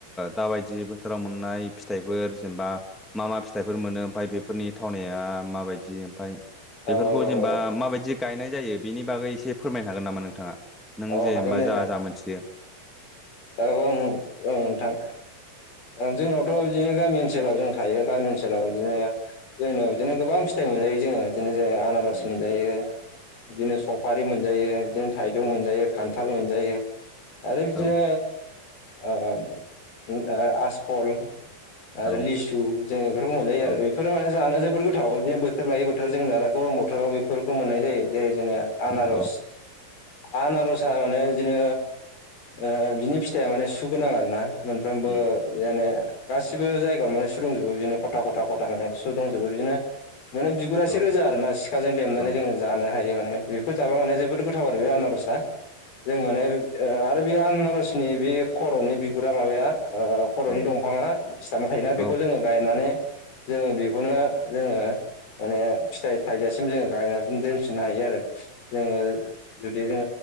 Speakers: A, in the centre; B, on the left.
A: दाबायदि बोथोराव मोननाय फिथाइफोर जेनेबा मा मा फिथाइफोर मोनो ओमफ्राय बेफोरनि थावनाया माबायदि ओमफ्राय
B: औ
A: बेफोरखौ जेनेबा
B: औ
A: माबायदि गायनाय जायो बेनि बागै एसे फोरमायनो हागोन नामा नोंथाङा नों
B: औ
A: जेनेबा
B: हागोन दे
A: जा
B: नोंथां
A: जा मोनथियो
B: औ ओं ओं नोंथां जोंनावथ' बिदिनो गामि ओनसोलाव जों थ थायो गामि ओनसोलाव बिदिनो जोंनियाव बिदिनो गोबां फिथाइ मोनजायो जों बिदिनो आनारस आनारस
A: उम
B: मोनजायो बिदिनो सफारि मोनजायो बिदिनो था‌इजौ मोनजायो मोनजायो खान्थाल मोनजायो आरो बिदिनो
A: औ
B: ओ आसफल आरो
A: औ
B: लिसु जों बेफोरखौ मोनजायो
A: औ
B: आरो बे बेफोर माने जानो जोबोर गोथाव बिदिनो बोथोर लायै बोथोर जों दाना गरम बोथोराव बेफोरखौ मोननाय जायो जेरै जोंङो आनारस
A: औ
B: आनारसाआ माने बिदिनो ओ बिनि फिथाइया माने सुगोनां आरो ना मोनफ्रोमबो
A: उम
B: बिदिनो गासिबो जायगायाव माने सु दंजोबो बिदिनो खथा खथा खथा माने सु दंजोबो बिदिनो माने बिगुरासो
A: औ
B: रोजा आरो ना सिखाजों लेमनानै
A: औ
B: जों जानो हायो माने बेफोर जाबा माने जोबोद गोथाव आरो बे आनारस रसा जों माने ओ आरो बे आनारसनि बे खर'नि बिगुरा माबाया ओ खर'नि
A: औ
B: दंफाङा सिथाबना थायोना बेखौ
A: औ
B: जोङो गायनानै जोङो बेखौनो जोङो माने फिथाइ थाइजासिम जोङो गायनानै दोनफिननो हायो आरो जोङो बे जोङो